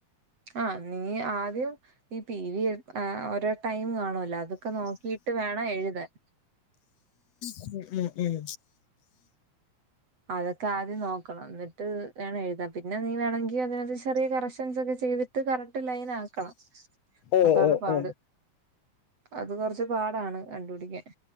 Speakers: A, on the right (about 55°); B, on the left (about 65°).
A: ആഹ് നീ ആദ്യം ഈ പിടി വി ഓരോ ടൈം കാണുമല്ലോ അത് ഒക്കെ നോക്കിയിട്ട് വേണം എഴുതാൻ
B: ഉം ഉം ഉം
A: അതൊക്കെ ആദ്യം നോക്കണം എന്നിട്ട് വേണം എഴുതാ പിന്നെ നീ വേണമെങ്കി അതിനകത്ത് ചെറിയ കറക്ഷൻസ് ഒക്കെ ചെയ്തിട്ട് ഇത്ത് കററ്റ് ലൈൻ ആക്കണം
B: ഓ
A: അതാണ്
B: ഓ
A: പാട്
B: ഓ
A: അത് കൊറച്ച് പാടാണ് കണ്ടുപിടിക്കാൻ